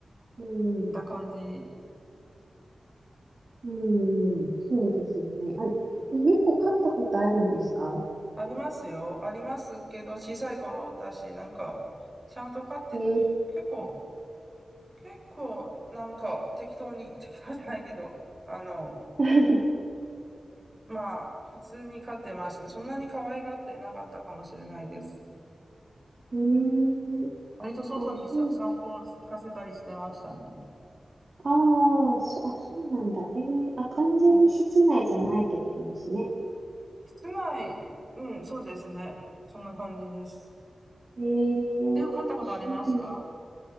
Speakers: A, on the right; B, on the right.
A: うん、
B: 見た感じ。
A: うん、そうですね。あ、え猫飼ったことあるんですか
B: ありますよ。ありますけど、小さい頃だし、なんか、ちゃんと飼って、
A: えー
B: 結構、結構、なんか、適当に、適当じゃないけど、あの、
A: <laughs>
B: まあ、普通に飼ってましたね。そんなに可愛がってなかったかもしれないです。
A: うーん、
B: 割と外にさ、
A: あ、そう、
B: 散歩行かせたりしてましたね。
A: ああ、そ、あ、そうなんだ。へえ、あ、完全に室内じゃないってことですね。
B: はい。室内、うん、そうですね。そんな感じです。
A: へえ、
B: で、飼ったことありますか
A: そう